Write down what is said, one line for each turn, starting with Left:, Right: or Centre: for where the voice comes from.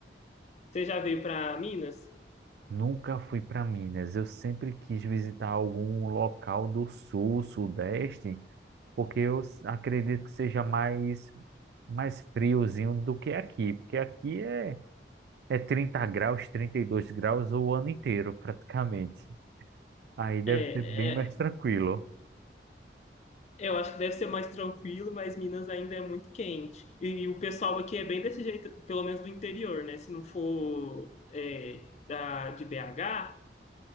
Left: Você já veio para Minas?
Right: Nunca fui para Minas, eu sempre quis visitar algum local do sul, sudeste, porque eu s- acredito que seja mais, mais friozinho do que aqui, porque aqui é, é 30 graus, 32 graus o ano inteiro, praticamente. Aí deve
Left: É,
Right: ser bem mais
Left: é,
Right: tranquilo.
Left: Eu acho que deve ser mais tranquilo, mas Minas ainda é muito quente. E o pessoal aqui é bem desse jeito, pelo menos do interior, né? Se não for é, da, de BH,